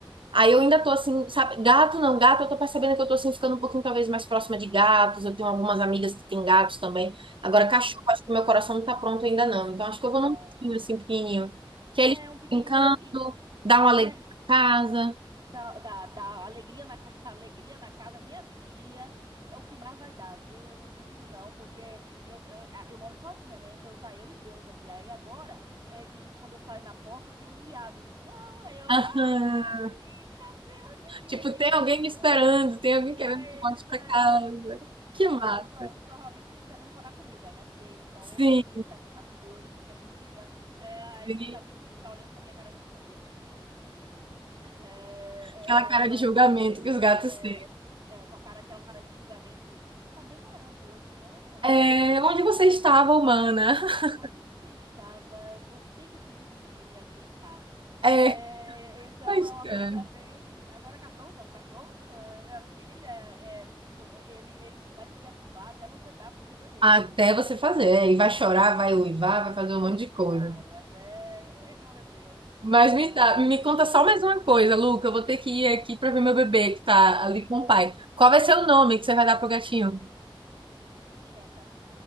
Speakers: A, on the right; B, on the right.
A: Aí eu ainda tô assim, sabe? Gato não, gato, eu tô percebendo que eu tô assim ficando um pouquinho talvez mais próxima de gatos. Eu tenho algumas amigas que têm gatos também. Agora, cachorro,
B: Sim.
A: acho que meu coração não tá pronto ainda não. Então, acho que eu vou
B: Não.
A: num gatinho assim pequenininho, que
B: É
A: ele
B: um pequenininho
A: brincando,
B: e
A: dá uma alegria
B: é,
A: pra casa.
B: dá, dá, dá alegria na ca- <laughs> alegria na casa minha filha é o que mais vai dar, viu? Eu não te digo não, porque eu, eu, a- eu moro sozinha, né? Então tá eu e Deus aqui. Aí agora é de quando eu saio na porta tem um miado, um miau. Aí eu,
A: Aham.
B: ai, que coisa bonita, tem uma coisinha
A: Tipo,
B: aqui
A: tem alguém
B: pra me
A: me
B: dar.
A: esperando, tem alguém
B: Tem
A: querendo
B: aí
A: que eu volte
B: me sarando.
A: pra casa. Que
B: É,
A: massa.
B: e pro- provavelmente me esperando pra dar comida, né? Porque eles são
A: Sim,
B: egoístas, essas coisas, só quer comida. É, aí
A: sim.
B: tá, me- tá olhando pra minha cara assim, cadê minha comida, seu ser humano? É,
A: Aquela cara
B: é, mas
A: de julgamento que os gatos
B: é,
A: têm.
B: é, com a cara, aquela cara de julgamento de, você tá demorando hoje, né?
A: É,
B: Pra me dar minha
A: onde
B: comida.
A: você estava, humana? <laughs>
B: Onde você estava? Você que tem que me, me alimentar.
A: É,
B: É, então
A: pois
B: é uma
A: é.
B: coisa bem. Agora, cachorro não. Cachorro, ah, minha filha, é, co- ele, ele vai te perturbar até você dar a comida dele.
A: Até
B: Ele comida.
A: você fazer. é, E vai chorar, vai uivar, vai fazer um monte de coisa.
B: Vai, até. <laughs> Oh, meu Deus.
A: Mas me,
B: Ai.
A: dá- me conta só mais uma coisa, Luca. Eu vou ter
B: Hum.
A: que ir aqui pra ver meu bebê que tá
B: Oh,
A: ali com o pai. Qual vai ser o nome que você vai dar pro gatinho?
B: cheddar.